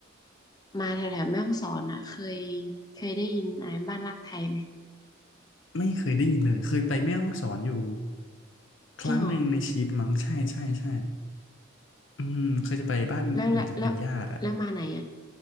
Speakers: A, on the left; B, on the left.
A: มาแถวแถวแม่ฮ่องสอนอ่ะเคยเคยได้ยินอ่านบ้านรักไทยไหม
B: ไม่เคยได้ยินเลยเคยไปแม่ฮ่องสอนอยู่ครั้งหนึ่งในชีวิตมั้งใช่ใช่ใช่
A: จริงเหรอ
B: อืมเคยจะไปบ้านเหมือนจะเป็นญาติอะ
A: แล้วแล้วแล้วแล้วมาไหนอ่ะ